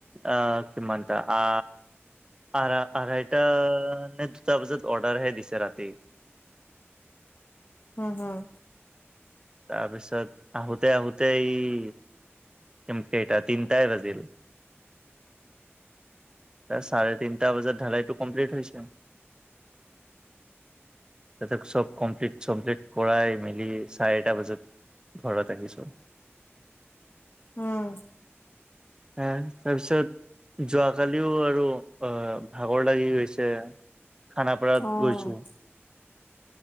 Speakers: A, on the right; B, on the left.
A: আ-কিমানটা। আ আঢ়া-আঢ়াইটা নে দুটা বজাত অৰ্ডাৰ হে দিছে ৰাতি।
B: উম, উম।
A: তাৰপিছত আহোঁতে-আহোঁতে এই কিম-কেইটা তিনটাই বাজিল। তাৰ চাৰে তিনটা বাজাত ঢালাইটো কমপ্লিট হৈছে। তাতে চব কমপ্লিট-চমপ্লিট কৰাই মেলি চাৰিটা বাজাত ঘৰত আহিছোঁ।
B: উম।
A: এ তাৰপিছত যোৱাকালিও আৰু অ-ভাগৰ লাগি গৈছে। খানাপাৰাত
B: অ',
A: গৈছোঁ।